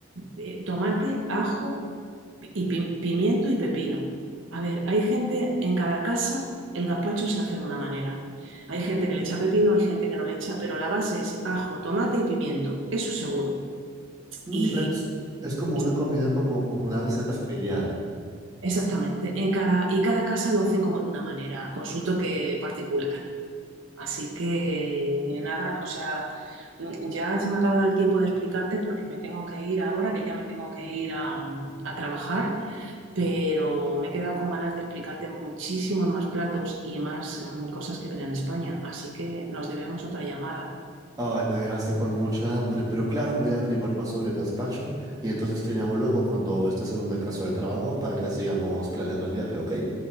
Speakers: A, on the right; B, on the right.
A: eh, tomate, ajo y pi- pimiento y pepino. A ver, hay gente en cada casa, el gazpacho se hace de una manera. Hay gente que le echa pepino, hay gente que no le echa, pero la base es ajo, tomate y pimiento, eso seguro.
B: Mm,
A: Y,
B: es, es como
A: y-
B: una comida, como, como una receta familiar.
A: exactamente, en cada, y cada casa lo hacen como de una manera, con su toque particular. Así que nada, o sea, mm, ya se me ha acabado el tiempo de explicarte porque me tengo que ir ahora, que ya me tengo que ir a, mm, a trabajar, pero me he quedado con ganas de explicarte muchísimos más platos y más mm, cosas que ver en España, así que nos debemos otra llamada.
B: Ay, me dejaste con mucha hambre, pero claro, voy a averiguar más sobre el gazpacho y entonces te llamo luego cuando estés en un descanso del trabajo para que sigamos planeando el viaje, ¿ok?